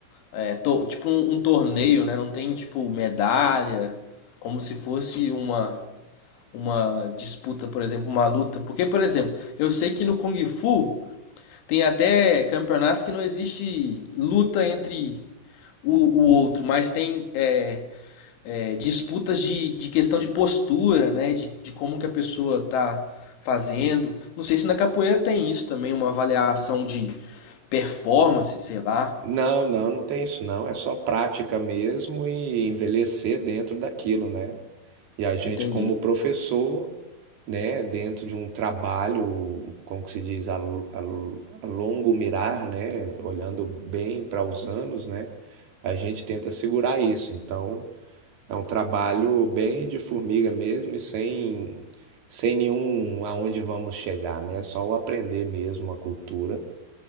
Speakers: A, on the left; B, on the right.
A: é, to- tipo um, um torneio, né? Não tem tipo medalha, como se fosse uma uma disputa, por exemplo, uma luta. Porque, por exemplo, eu sei que no Kung Fu tem até campeonatos que não existe luta entre o, o outro, mas tem é, é, disputas de, de questão de postura, né? De, de como que a pessoa tá fazendo. Não sei se na capoeira tem isso também, uma avaliação de performance, sei lá.
B: Não, não, não tem isso não. É só prática mesmo e envelhecer dentro daquilo, né? E a gente,
A: Entendi.
B: como professor. né, dentro de um trabalho, como que se diz, a, a- a longo mirar, né, olhando bem para os anos, né, a gente tenta segurar isso. Então, é um trabalho bem de formiga mesmo e sem, sem nenhum aonde vamos chegar, né, só o aprender mesmo a cultura.